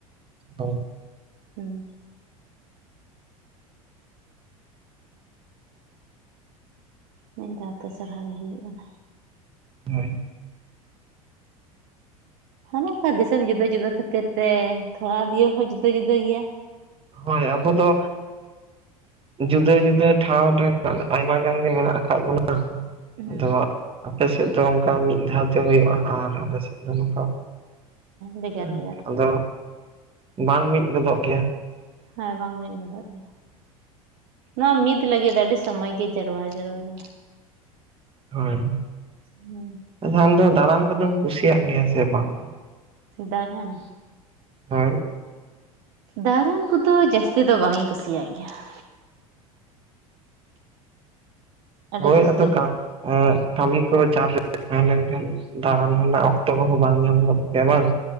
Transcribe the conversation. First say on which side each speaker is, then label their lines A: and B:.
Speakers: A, on the right; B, on the right.
A: ᱛ
B: ᱦᱩᱸ ᱢᱤᱫ ᱫᱷᱟᱣᱛᱮ ᱥᱦᱟᱭᱮ ᱦᱩᱭᱩᱜ ᱠᱟᱱᱟ
A: ᱦᱳᱭ
B: ᱦᱟᱱᱮ ᱚᱱᱠᱟ ᱫᱤᱥᱚᱢ ᱡᱩᱫᱟᱹ ᱡᱩᱫᱟᱹ ᱠᱷᱟᱹᱛᱤᱨ ᱛᱮ ᱛᱷᱚᱲᱟ ᱫᱤᱭᱮ ᱦᱚᱸ ᱡᱩᱫᱟᱹ ᱡᱩᱫᱟᱹ ᱜᱮᱭᱟ
A: ᱦᱳᱭ ᱟᱵᱚ ᱫᱚ ᱡᱩᱫᱟᱹ ᱡᱩᱫᱟᱹ ᱴᱷᱟᱶ ᱨᱮ ᱟᱭᱢᱟ ᱜᱟᱱ ᱜᱮ ᱢᱮᱱᱟᱜ ᱟᱠᱟᱫ ᱵᱚᱱᱟ
B: ᱦᱩᱸ
A: ᱟᱫᱚ ᱟᱯᱮ ᱥᱮᱫ ᱫᱚ ᱚᱱᱠᱟ ᱢᱤᱫ ᱫᱷᱟᱣ ᱛᱮ ᱦᱩᱭᱩᱜᱼᱟ ᱟᱨ ᱟᱞᱮ ᱥᱮᱫ ᱫᱚ ᱱᱚᱝᱠᱟ
B: ᱵᱷᱮᱜᱟᱨ
A: ᱦᱮᱸ
B: ᱵᱷᱮᱜᱟᱨ
A: ᱟᱫᱚ ᱵᱟᱝ ᱢᱤᱫ ᱜᱚᱫᱚᱜ ᱜᱮᱭᱟ
B: ᱦᱮᱸ ᱵᱟᱝ ᱢᱤᱫ ᱜᱚᱫᱚᱜ ᱜᱮᱭᱟ ᱱᱚᱣᱟ ᱢᱤᱫ ᱞᱟᱹᱜᱤᱫ ᱟᱹᱰᱤ ᱥᱚᱢᱚᱭ ᱜᱮ ᱡᱟᱨᱨᱟ ᱡᱟᱹᱨᱩᱲ ᱫᱚ
A: ᱦᱳᱭ
B: ᱦᱩᱸ
A: ᱟᱪᱪᱷᱟ ᱟᱢ ᱫᱚ ᱫᱟᱬᱟᱱ ᱠᱚᱫᱚᱢ ᱠᱩᱥᱤᱭᱟᱜ ᱜᱮᱭᱟ ᱥᱮ ᱵᱟᱝ
B: ᱫᱟᱬᱟᱱ
A: ᱦᱳᱭ
B: ᱫᱟᱬᱟᱱ ᱠᱚᱫᱚ ᱡᱟᱹᱥᱛᱤ ᱫᱚ ᱵᱟᱝ ᱤᱧ ᱠᱩᱥᱤᱭᱟᱜ ᱜᱮᱭᱟ ᱾ ᱟᱹᱰᱤ
A: ᱦᱳᱭ
B: ᱡᱟᱹᱥᱛᱤ
A: ᱟᱫᱚ
B: ᱫᱚ
A: ᱠᱟᱵ ᱩᱸᱜ ᱠᱟᱹᱢᱤ ᱠᱚ ᱪᱟᱥ ᱨᱮ ᱛᱟᱦᱮᱸ ᱞᱮᱱᱠᱷᱟᱱ ᱫᱟᱬᱟᱱ ᱨᱮᱱᱟᱜ ᱚᱠᱛᱚ ᱠᱚᱦᱚᱸ ᱵᱟᱝ ᱧᱟᱢ ᱜᱚᱫᱚᱜ ᱜᱮᱭᱟ ᱵᱟᱝ?